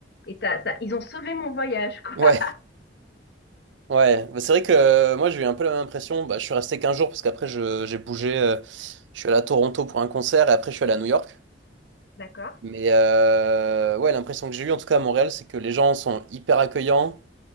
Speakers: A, on the left; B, on the right.
A: et ça, ça, ils ont sauvé mon voyage, quoi.
B: Ouais,
A: <laughs>
B: ouais. Bah, c'est vrai que euh, moi j'ai eu un peu la même impression. Bah, je suis resté qu'un jour parce qu'après je- j'ai bougé. euh, je suis allé à Toronto pour un concert et après je suis allé à New York.
A: D'accord.
B: Mais euh, ouais, l'impression que j'ai eue, en tout cas à Montréal, c'est que les gens sont hyper accueillants.